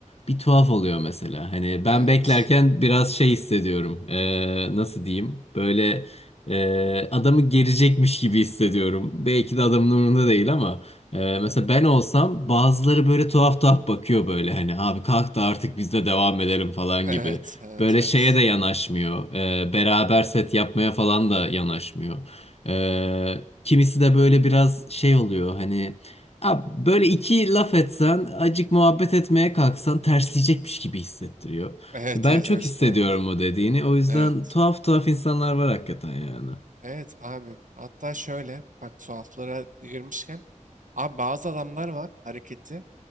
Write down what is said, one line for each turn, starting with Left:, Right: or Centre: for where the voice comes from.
Left: Bir tuhaf oluyor mesela. Hani
Right: Evet.
Left: ben beklerken biraz şey hissediyorum. E, nasıl diyeyim? Böyle e, adamı gerecekmiş gibi hissediyorum. Belki de adamın umurunda değil ama e, mesela ben olsam bazıları böyle tuhaf tuhaf bakıyor böyle hani abi kalk da artık biz de devam edelim falan
Right: Evet.
Left: gibi.
Right: Evet. Evet.
Left: Böyle
Right: Evet.
Left: şeye de yanaşmıyor. E, beraber set yapmaya falan da yanaşmıyor. E, kimisi de böyle biraz şey oluyor hani abi böyle iki laf etsen acık muhabbet etmeye kalksan tersleyecekmiş gibi hissettiriyor.
Right: Evet.
Left: E, Ben
Right: Öyle
Left: çok
Right: tipler
Left: hissediyorum
Right: var.
Left: o dediğini. O yüzden
Right: Evet.
Left: tuhaf tuhaf insanlar var hakikaten yani.
Right: Evet abi. Hatta şöyle bak tuhaflara girmişken abi bazı adamlar var hareketi